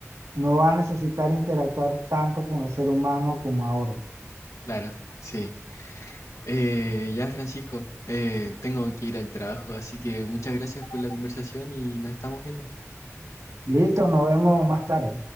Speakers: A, on the right (about 80°); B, on the left (about 75°).
A: no va a necesitar interactuar tanto con el ser humano como ahora.
B: claro, sí. Eh, ya, Francisco, eh, tengo que ir al trabajo, así que muchas gracias por la conversación y nos estamos viendo.
A: Listo, nos vemos más tarde.